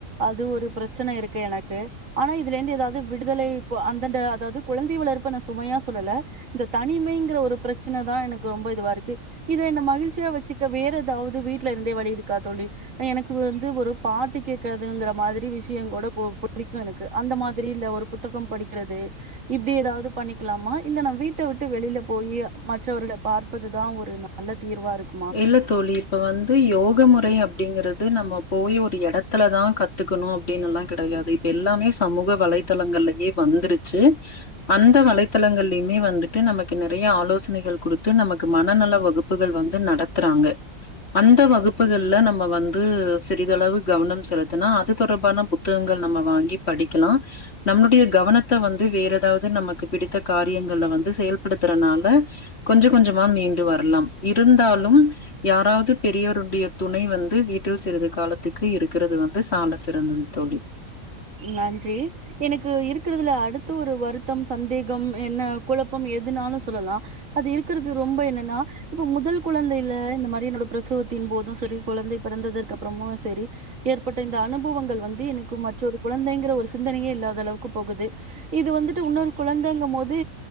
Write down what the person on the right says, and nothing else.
அது ஒரு ப்ரச்சன இருக்கு எனக்கு ஆனா இதுலேர்ந்து ஏதாது விடுதலை இப்ப அந்தண்ட அதாது குழந்தை வளர்பு நா சுமையா சொல்லல இந்த தனிமைங்கிற ஒரு பிரச்சனதா எனக்கு ரொம்ப இதுவா இருக்கு இத என்ன மகிழ்ச்சியா வச்சுக்க வேற ஏதாவது வீட்ல இருந்தே வழி இருக்கா தோழி ஆ எனக்கு வந்து ஒரு பாட்டு கேக்குறதுங்கற மாதிரி விஷியோ கூட கோ புடிக்கு எனக்கு அந்த மாதிரி இல்ல ஒரு பு புத்தகம் படிக்கிறது இப்டி ஏதாவது பண்ணிக்கலாமா இல்ல நா வீட்ட விட்டு வெளில போயி மற்றவர்கள பார்ப்பதுதா ஒரு நல்ல தீர்வா இருக்
நன்றி எனக்கு இருக்குறதுல அடுத்து ஒரு வருத்தம் சந்தேகம் என்ன குழப்பம் எதுனாலு சொல்லலா அது இருக்குறது ரொம்ப என்னன்னா இப்ப முதல் குழந்தைல இந்த மாரி என்னோட பிரசவத்தின் போது செரி குழந்தை பிறந்ததுக்கு அப்புறமு செரி ஏற்பட்ட இந்த அனுபவங்கள் வந்து எனக்கு மற்றொரு குழந்தைங்கிற ஒரு சிந்தனயே இல்லாத அளவுக்கு போகுது இது வந்துட்டு உன்னொரு குழந்தங்கும் போது